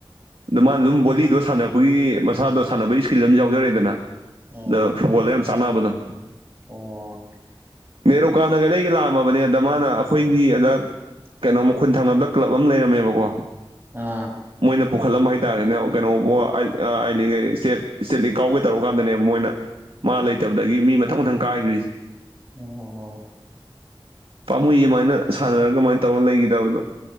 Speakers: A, on the right; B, on the right.
A: ꯑꯗ ꯃꯥꯅ ꯑꯗꯨꯝ ꯕꯣꯂꯤꯗꯣ ꯁꯥꯟꯅꯔꯄꯒꯤ ꯃꯁꯥꯗꯣ ꯁꯥꯟꯅꯕꯒꯤ ꯏꯁꯀꯤꯜ ꯑꯝ ꯌꯥꯎꯖꯔꯦꯗꯅ
B: ꯎꯝ
A: ꯗ ꯐꯨꯠꯕꯣꯜꯗ ꯌꯥꯝ ꯆꯥꯟꯅꯕꯗꯣ
B: ꯑꯣ
A: ꯅꯦꯔꯣꯀꯥꯟꯅꯒ ꯂꯩꯒꯦ ꯂꯥꯛꯑꯝꯃꯕꯅꯦ ꯑꯗ ꯃꯥꯅ ꯑꯩꯈꯣꯏꯒꯤ ꯑꯗꯛ ꯀꯩꯅꯣꯝꯃ ꯈꯨꯟ ꯊꯪꯅꯕꯗ ꯀ꯭ꯂꯕ ꯑꯃ ꯂꯩꯔꯝꯃꯦꯕꯀꯣ
B: ꯑꯥ
A: ꯃꯣꯏꯅ ꯄꯨꯈꯠꯂꯝꯕ ꯍꯥꯏꯇꯥꯔꯦꯅꯦ ꯀꯩꯅꯣꯕꯨ ꯑ ꯑꯥꯏꯂꯤꯛ ꯏꯁꯇꯦꯠ ꯏꯁꯇꯦꯠ ꯂꯤꯛ ꯀꯥꯎꯒꯦ ꯇꯧꯔ ꯀꯥꯟꯗꯅꯦꯕ ꯃꯣꯏꯅ ꯃꯥ ꯂꯩꯇꯕꯗꯒꯤ ꯃꯤ ꯃꯊꯪ ꯃꯊꯪ ꯀꯥꯏꯈ꯭ꯔꯤꯁꯦ
B: ꯑꯣ
A: ꯄꯥꯝꯃꯨꯏꯌꯦ ꯃꯥꯏꯅ ꯁꯥꯟꯅꯔꯒ ꯃꯥꯏꯅ ꯇꯧꯔꯒ ꯂꯩꯒꯤꯗꯕꯗꯣ